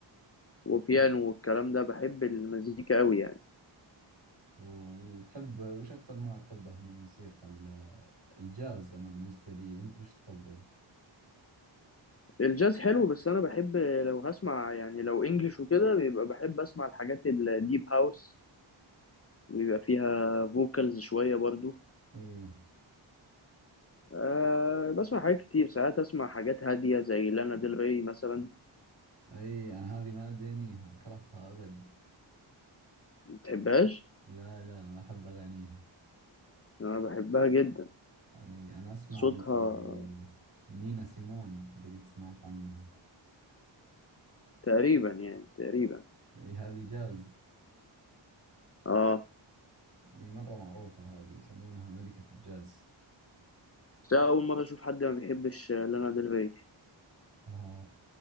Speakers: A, on the left; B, on the right.
A: وبيانو
B: إيه.
A: والكلام ده بحب المزيكا قوي يعني
B: و- وتحب وش أكثر نوع تحبه من الموسيقى ال- الجاز أنا بالنسبة لي أنت وش تفضل
A: الجاز حلو بس انا بحب لو هسمع يعني لو انجلش وكده بيبقى بحب اسمع الحاجات الديب هاوس اللي بيبقى فيها فوكالز شوية برضو
B: إيه
A: أه بسمع حاجات كتير ساعات اسمع حاجات هادية زي لانا ديل ري مثلا
B: أي أنا هذه ما أدانيها أكرهها أبد
A: متحبهاش
B: لا لا ما أحب أغانيها
A: انا بحبها جدا
B: أي أنا أسمع
A: صوتها
B: اللي نينا سيمون إذا قد سمعت عنها
A: تقريبا يعني تقريبا
B: أي هذه جاز
A: اه
B: أي مرة معروفة هذه يسمونها ملكة الجاز
A: بس أنا أول مرة أشوف حد ما بيحبش لانا ديل ري
B: <laughs> آه،